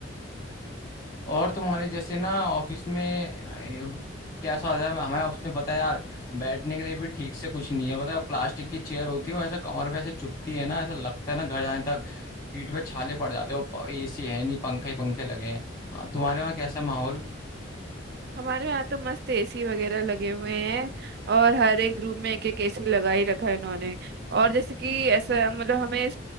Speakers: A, on the left; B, on the right.
A: और तुम्हारे जैसे ना ऑफिस में अ, कैसा होता है हमारे ऑफिस में पता है यार बैठने के लिए भी ठीक से कुछ नहीं है पता है प्लास्टिक की चेयर होती है वो ऐसा कमर पे ऐसे चुभती है ना ऐसा लगता है ना घर जाने तक पीठ पे छाले पड़ जाते हो एसी है नहीं पंखे ही पंखे लगे हैं हाँ, तुम्हारे वहाँ कैसा माहौल
B: हमारे यहाँ तो मस्त एसी वगैरह लगे हुए हैं और हर एक रूम में एक एक एसी लगा ही रखा है इन्होंने और जैसे कि ऐसा मतलब हमें